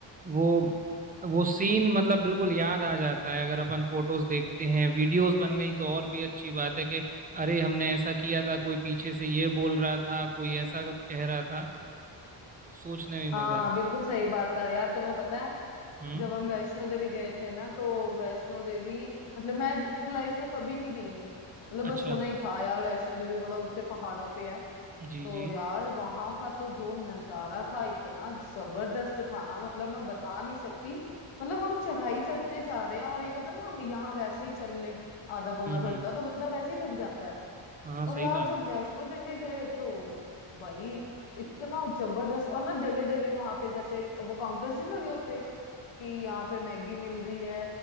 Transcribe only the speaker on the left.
हाँ
बिल्कुल सही बात है यार तुम्हें पता है
जब हम वैष्णो देवी गए थे ना तो वैष्णो देवी मतलब मैं लाइफ में कभी नहीं गई हूँ मतलब
बस सुना ही था यार वैष्णो देवी बड़ा ऊंचे पहाड़ों पे है
तो
यार वहां का तो जो नजारा था इतना जबरदस्त था ना मतलब मैं बता नहीं सकती मतलब हम चढ़ाई चढ़ते जा रहे हैं और एक होता ना हम यहाँ वैसे ही चल ले आधा पौना
घंटा
तो बंदा वैसे ही थक जाता है
और यार
जब
वैष्णो देवी गए तो भाई इतना जबरदस्त और ना जगह जगह वहां पे जैसे वो काउंटर्स नहीं लगे होते कि यहाँ पे मैगी मिल रही है